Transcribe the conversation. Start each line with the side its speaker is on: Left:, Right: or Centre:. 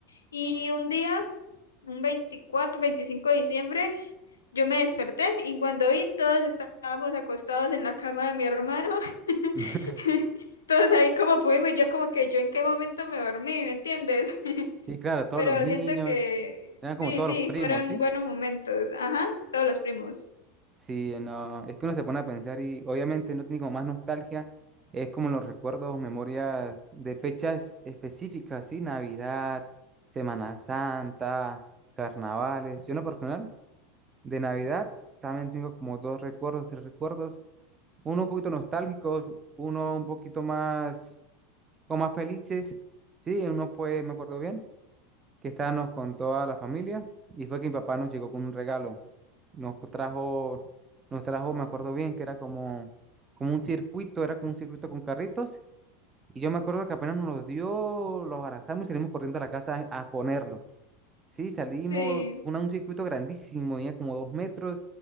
Left: y un día un 24 25 de diciembre, yo me desperté y cuando vi, todos estábamos acostados en la cama de mi hermano. <laughs>
Right: <laughs>
Left: Todos ahí como pudimos, y yo como que yo en qué momento me dormí, ¿me entiendes? <laughs>
Right: Sí, claro, todos
Left: Pero
Right: los niños,
Left: siento que
Right: eran como
Left: sí,
Right: todos
Left: sí,
Right: los primos,
Left: fueron
Right: ¿sí?
Left: buenos momentos. Ajá, todos los primos.
Right: Sí, no, es que uno se pone a pensar y obviamente no tiene como más nostalgia, es como los recuerdos, memorias de fechas específicas, ¿sí? Navidad, Semana Santa, carnavales. Yo en lo personal, de Navidad también tengo como dos recuerdos, tres recuerdos, uno un poquito nostálgicos, uno un poquito más, como más felices, sí, uno fue, me acuerdo bien que estábamos con toda la familia y fue que mi papá nos llegó con un regalo. Nos trajo, nos trajo, me acuerdo bien, que era como, como un circuito, era como un circuito con carritos. Y yo me acuerdo que apenas nos lo dio, lo abrazamos y salimos corriendo a la casa a, a ponerlo. Sí, salimos,
Left: Sí,
Right: una, un circuito grandísimo, tenía como dos metros,